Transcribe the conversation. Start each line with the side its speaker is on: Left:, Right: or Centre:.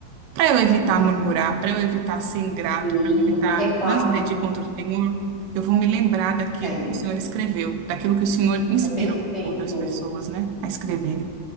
Right: para eu evitar murmurar, para eu evitar ser ingrato,
Left: Sim,
Right: para eu evitar
Left: reclamar,
Right: transgredir contra o Senhor, eu vou me lembrar daquilo
Left: é isso,
Right: que o Senhor escreveu, daquilo que o Senhor inspirou
Left: é perfeito.
Right: outras pessoas, né, a escreverem.